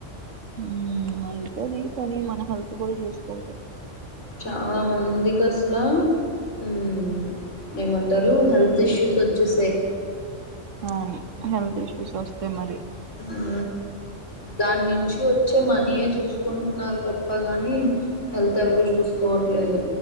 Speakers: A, on the right; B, on the left.
A: మ్ అయితది కానీ మన హెల్త్ కూడా చూసుకో
B: చాలా మందికస్లా మ్ ఏమంటారు హెల్త్ ఇష్యూస్ ఓచ్చేసాయి
A: అవును హెల్త్ ఇష్యూస్ వస్తాయి మరి
B: ఊ దాన్నుంచి వచ్చే మనీయే చూసుకుంటున్నారు తప్ప గాని హెల్త్ ఎవరు జూసుకోవట్లే లేదు